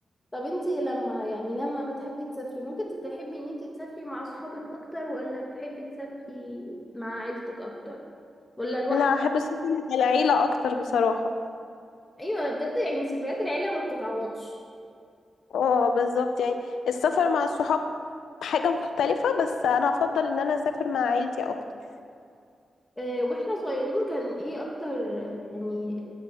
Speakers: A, on the left; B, on the left.
A: طب انت لما يعني لما بتحبي تسافري ممكن تحبي ان انت تسافري مع اصحابك اكتر ولا بتحبي تسافري مع عيلتك اكتر ولا لوحدك
B: لا احب السفر مع العيلة اكتر بصراحة
A: ايوه بجد يعني ذكريات العيله ما بتتعوضش
B: اه بالظبط يعني السفر مع الصحاب حاجة مختلفة بس انا افضل ان انا اسافر مع عيلتي اكتر
A: آه، واحنا صغيرين كان ايه اكتر يعني